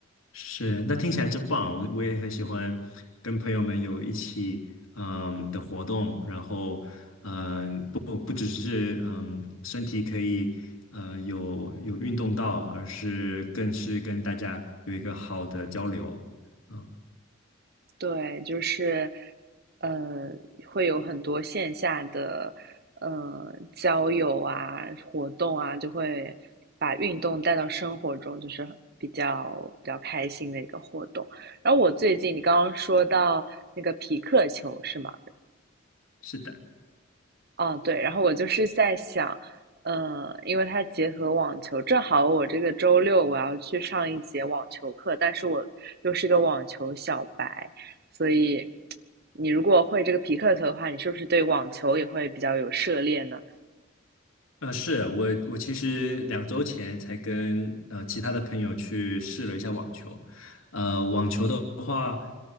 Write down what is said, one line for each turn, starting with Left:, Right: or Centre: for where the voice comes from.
Left: 是，那听起来真棒。我我也很喜欢跟朋友们有一起嗯的活动，然后嗯不不只是嗯身体可以呃有有运动到，而是更是跟大家有一个好的交流。嗯，
Right: 对，就是，呃，会有很多线下的，呃，交友啊、活动啊，就会把运动带到生活中，就是比较比较开心的一个活动。然后我最近你刚刚说到那个匹克球是吗？
Left: 是的。
Right: 哦，对，然后我就是在想，呃，因为它结合网球，正好我这个周六我要去上一节网球课，但是我又是个网球小白，所以你如果会这个皮克球的话，你是不是对网球也会比较有涉猎呢？
Left: 呃，是我，我其实两周前才跟呃其他的朋友去试了一下网球，呃，网球的话，